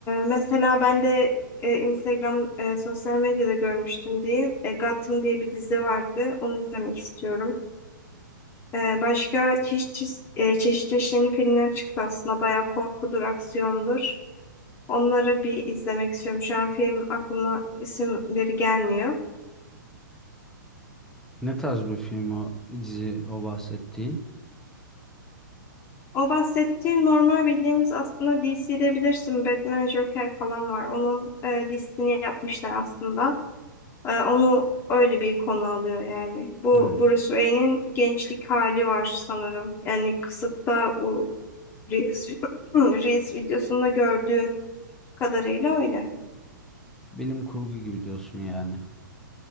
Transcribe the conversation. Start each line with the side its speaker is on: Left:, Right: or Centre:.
Left: mesela ben de e, Instagram e, sosyal medyada görmüştüm diye e, Gotham diye bir dizi vardı. Onu izlemek istiyorum. Ee, başka çeşit çeşit, e, çeşit çeşit yeni filmler çıktı aslında. Bayağı korkudur, aksiyondur. Onları bir izlemek istiyorum. Şu an film aklıma isimleri gelmiyor.
Centre: Ne tarz bir film o dizi o bahsettiğin?
Left: O bahsettiğin normal bildiğimiz aslında DC'de bilirsin Batman, Joker falan var. Onun e, dizisini yapmışlar aslında. E, onu öyle bir konu alıyor yani. Bu
Centre: Hmm.
Left: Bruce Wayne'in gençlik hali var sanırım. Yani kısıtta bu Reels, <clears throat> Reels videosunda gördüğüm kadarıyla öyle.
Centre: Bilim kurgu gibi diyorsun yani.